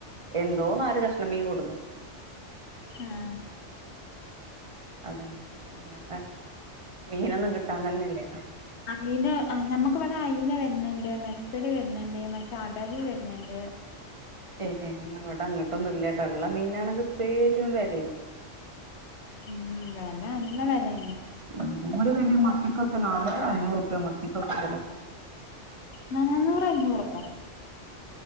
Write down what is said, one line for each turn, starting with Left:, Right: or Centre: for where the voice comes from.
Right: എന്തോ നാല് കഷ്ണം മീൻ കൊടുന്നു
Left: ആഹ്
Right: അതന്നെ അല്ലാതെ മീനൊന്നും കിട്ടാൻ തന്നെല്ല
Left: ആ മീന് ഞമ്മക്ക് ഇവിടെ അയില വെരുന്നുണ്ട് മെത്തല് വെരുന്നുണ്ട് മറ്റെ അടവ് വെരുന്നുണ്ട്
Right: ഏഹ് ഏഹ് ഇന്നാ ഇവിടെ ഇങ്ങട്ടൊന്നും ഇല്ലട്ടാ ഇള്ള മീനാണെങ്ക് പെരും വെലേം
Left: ഉം വെല നല്ല വെലയാണ്
Right: ഉം ഏന്തോരു വെലയാ മത്തിക്കൊക്കെ നാന്നൂറ് അഞ്ഞൂറ് ഉറുപ്യ മത്തിക്കൊക്കെ വെല
Left: നനാന്നൂർ അഞ്ഞൂറോ